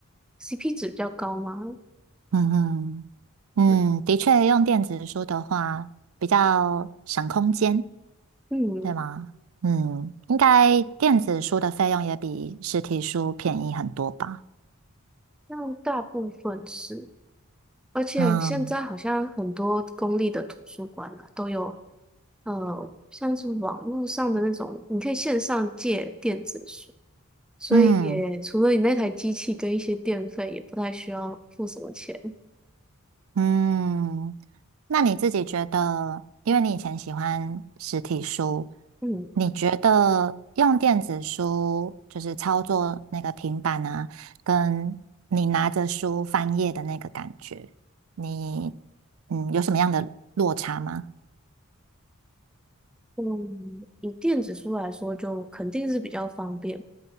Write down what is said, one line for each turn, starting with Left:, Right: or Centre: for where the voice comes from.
Centre: CP 值比较高嘛。
Right: 嗯嗯，
Centre: 对，
Right: 嗯，的确，用电子书的话比较省空间，
Centre: 嗯，
Right: 对吗？嗯，应该电子书的费用也比实体书便宜很多吧？
Centre: 像大部分是，而且现在好像很多公立的图书馆啊，
Right: 嗯
Centre: 都有呃，像是网络上的那种，你可以线上借电子书，所以也除了你那台机器跟一些电费，
Right: 嗯。
Centre: 也不太需要付什么钱。
Right: 嗯，那你自己觉得，因为你以前喜欢实体书，
Centre: 嗯
Right: 你觉得用电子书就是操作那个平板啊，跟你拿着书翻页的那个感觉，你嗯有什么样的落差吗？
Centre: 嗯，以电子书来说，就肯定是比较方便嘛，